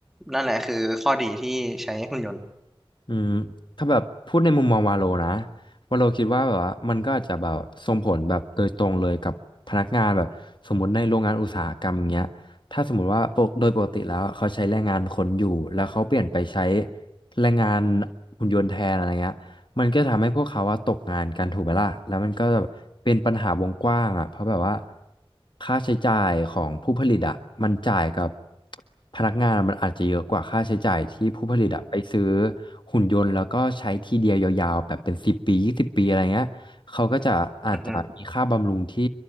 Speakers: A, in the centre; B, on the left.
A: นั่นแหละคือข้อดีที่ใช้หุ่นยนต์
B: อืมถ้าแบบพูดในมุมมองวาโลนะวาโลคิดว่าแบบว่ามันก็อาจจะแบบส่งผลแบบโดยตรงเลยกับพนักงานแบบสมมติในโรงงานอุตสาหกรรมอย่างเงี้ยถ้าสมมติว่าปกโดยปกติแล้วเขาใช้แรงงานคนอยู่แล้วเขาเปลี่ยนไปใช้แรงงานหุ่นยนต์แทนอะไรเงี้ย มันก็ทำให้พวกเขาอะตกงานกันถูกไหมล่ะแล้วมันก็เป็นปัญหาวงกว้างอะเพราะแบบว่าค่าใช้จ่ายของผู้ผลิตอะมันจ่ายกับพนักงานมันอาจจะเยอะกว่าค่าใช้จ่ายที่ผู้ผลิตอะไปซื้อหุ่นยนต์แล้วก็ใช้ทีเดียวยาวๆแบบเป็นสิบปียี่สิบปีอะไรเงี้ยเขาก็จะอาจจะมีค่าบำรุงที่
A: อืม